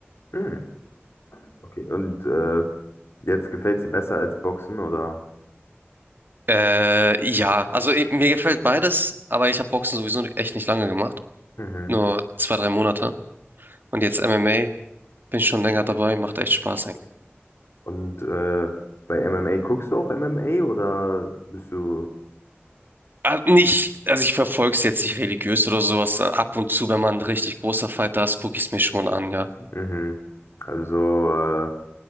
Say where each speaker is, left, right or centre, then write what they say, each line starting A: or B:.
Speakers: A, on the left; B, on the right.
A: Mhm. Okay. Und äh, jetzt gefällt es dir besser als Boxen, oder?
B: Äh, ja, also i- mir gefällt beides, aber ich habe Boxen sowieso echt nicht lange gemacht.
A: Mhm.
B: Nur zwei, drei Monate. Und jetzt MMA, bin schon länger dabei, macht echt Spaß
A: Und äh, bei MMA guckst du auch MMA oder bist du
B: Ah, Nicht, also ich verfolge es jetzt nicht religiös oder sowas. Ab und zu, wenn man ein richtig großer Fighter ist, gucke ich es mir schon an, ja.
A: Mhm. Also so, äh,